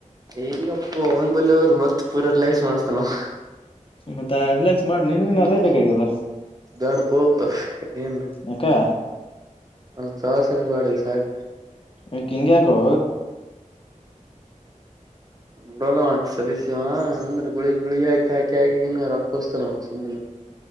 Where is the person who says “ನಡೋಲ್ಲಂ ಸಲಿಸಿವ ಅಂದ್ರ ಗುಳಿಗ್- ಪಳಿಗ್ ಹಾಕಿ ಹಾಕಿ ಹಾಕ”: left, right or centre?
Right